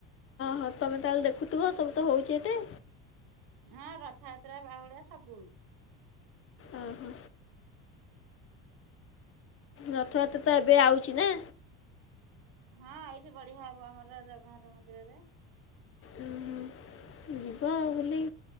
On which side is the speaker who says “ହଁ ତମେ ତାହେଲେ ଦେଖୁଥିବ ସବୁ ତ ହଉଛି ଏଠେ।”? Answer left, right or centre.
Left